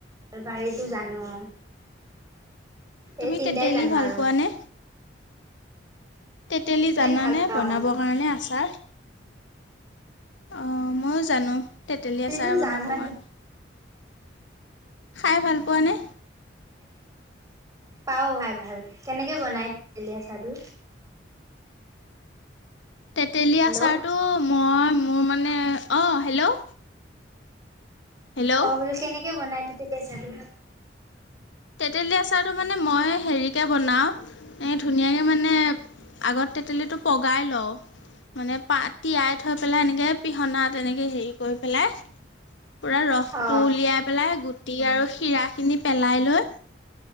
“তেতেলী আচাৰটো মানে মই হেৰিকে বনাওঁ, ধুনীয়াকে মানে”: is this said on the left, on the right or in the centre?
Left